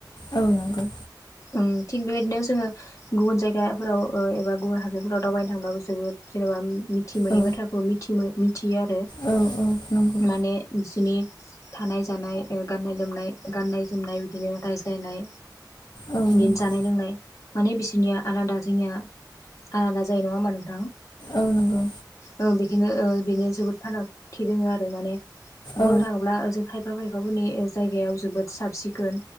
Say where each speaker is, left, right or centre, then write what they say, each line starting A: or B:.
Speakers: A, on the left; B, on the left.
A: औ नंगौ
B: ओम थिग बेबायदिनो जोङो गुबुन जायगाफोराव ओ एबा गुबुन हादोरफोराव दावबायनो थांब्लाबो जोबोद जेनेबा मिथि मोनैनि
A: औ
B: बाथ्राखौ मिथि मिथियो आरो
A: औ औ नंगौ
B: माने जिनि थानाय जानाय गाननाय लोमनाय गाननाय जोमनाय बिदिनो रायज्लायनाय
A: औ
B: बिनि
A: नंगौ
B: जानाय लोंनाय माने बिसोरनिया आलादा जोंनिया आलादा जायो नोङा होनबा नोंथां?
A: औ नंगौ
B: ओ बेनो ओ बेनो जोबोद फारागथि दोङो आरो माने बुंनो
A: औ
B: थाङोब्ला जोङो खायफा खाय फोरनि जायगायाव जोबोद साब सिखोन